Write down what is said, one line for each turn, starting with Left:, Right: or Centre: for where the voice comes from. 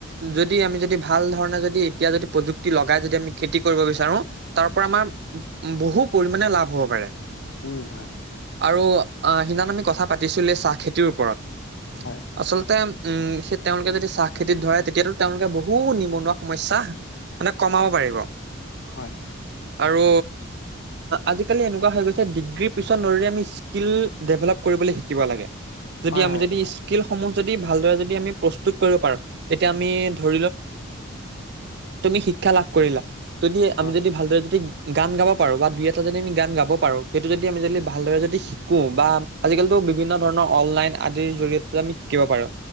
Right: যদি আমি যদি ভাল ধৰণে যদি এতিয়া যদি প্ৰযুক্তি লগাই যদি আমি খেতি কৰিব বিচাৰো তাৰ পৰা আমাৰ বহু পৰিমণে লাভ হ'ব পাৰে
Left: উ হয়
Right: আৰু সিদিনা আমি কথা পাতিছিলোে চাহ খেতিৰ ওপৰত
Left: হয়
Right: আচলতে উম সেই তেওঁলোকে যদি চাহ খেতিত ধৰে তেতিয়াতো তেওঁলোকে বহু নিবনুৱা সমস্যা মানে কমাব পাৰি কৰিবিব
Left: হয়
Right: আৰু আজিকালি এনেকুৱা হৈ গৈছে ডিগ্ৰীীৰ পিছত নৰিৰি আমি স্কিল ডেভেলপ কৰিবলৈ শিকিব লাগে যদি
Left: হয়
Right: আমি
Left: হয় সেইটো
Right: যদি
Left: হয়
Right: স্কিলসম ভাল য আ প্ৰসু পাৰো এতিয়া আমি ধ উ তুমি শিক্ষা লাভ কৰিলা যদি আমি
Left: হয়
Right: যদি ভালদৰে যদি গান গাব পাৰো বা দুই এটা যী আমি গান গাব পাৰো সেইটো যদি আমি যদি ভালদৰে যদি শিকো বা আজিকালিিতো বিভিন্ন ধৰণৰ অনলাইন আদিৰ জৰিয়তে আমি শিকিব পাৰো